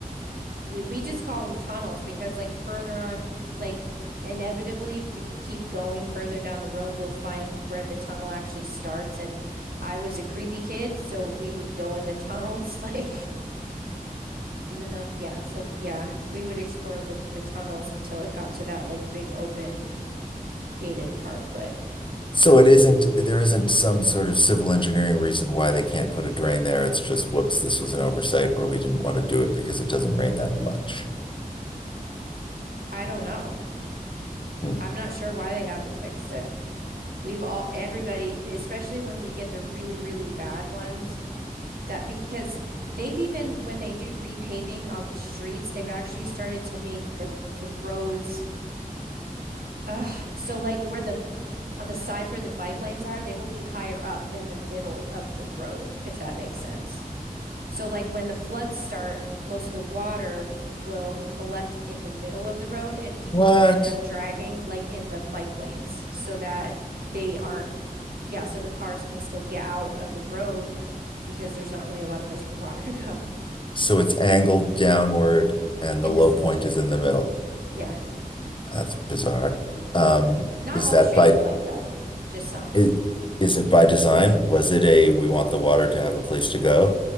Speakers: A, on the right; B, on the left.
A: we we just call them tunnels because like further on like inevitably if, if you keep going further down the road you'll find where the tunnel actually starts and I was a creepy kid so we would go in the tunnels <laughs> like even though yeah so yeah we would explore the the tunnels until it got to that like big open gated part, but
B: So it isn't, there isn't some sort of civil engineering reason why they can't put a drain there. It's just, whoops, this was an oversight, or we didn't want to do it because it doesn't rain that much.
A: I don't know.
B: Hmm.
A: I'm not sure why they haven't fixed it. We've all, everybody, especially when we get the really, really bad ones, that because they've even, when they do repaving on the streets, they've actually started to make the, the roads, uh, so like where the, on the sides where the bike lanes are, they will be higher up than the middle of the road, if that makes sense. So, like when the floods start, most of the water will collect in the middle of the road and people
B: What?
A: will end up driving like in the bike lanes so that they aren't, yeah, so the cars can still get out of the road because there's not really a lot of place for water to go
B: So it's angled downward and
A: in
B: the low
A: the center.
B: point is in the middle.
A: Yeah.
B: That's bizarre. Um,
A: Not
B: is
A: all
B: that
A: streets
B: by
A: are like that, just some.
B: Is, is it by design? Was it a we want the water to have a place to go?